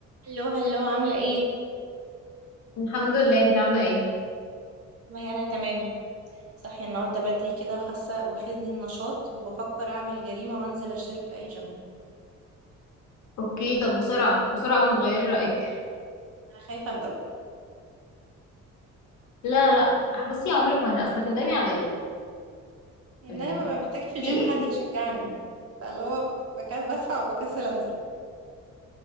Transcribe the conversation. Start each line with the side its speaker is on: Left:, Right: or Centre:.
Right: هلو هلو عاملة ايه؟
Left: الحمد لله انت عامله ايه
Right: والله أنا تمام صاحية النهاردة بدري كده وحاسة واخدني النشاط وبفكر أعمل جريمة وأنزل أشترك في أي جيم
Left: اوكي طب بسرعه بسرعه قبل ما تغيري رايك
Right: أنا خايفة أندم
Left: لا لا بصي يا عمرك ما هت اصلا تندمي على ايه
Right: إن
Left: يعني
Right: أنا ببقى محتاجة في الجيم
Left: في ايه
Right: حد يشجعني فاللي هو بكسل بدفع وبكسل أنزل